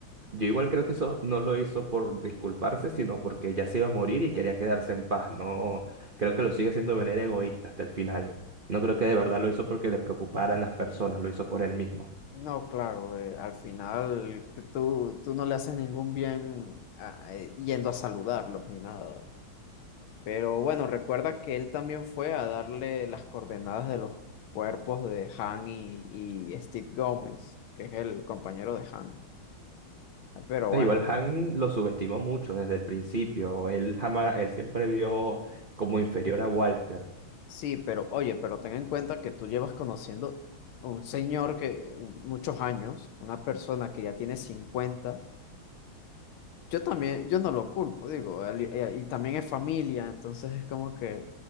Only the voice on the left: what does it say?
No, claro, eh, al final que tú, tú no le haces ningún bien a- eh, yendo a saludarlos ni nada. Pero bueno, recuerda que él también fue a darle las coordenadas de los cuerpos de Han y, y Steve Gómez, que es el compañero de Han. Pero
bueno,
sí, pero oye, pero ten en cuenta que tú llevas conociendo a un señor que muchos años, una persona que ya tiene cincuenta Yo también, yo no lo culpo, digo, él- él- y también es familia, entonces es como que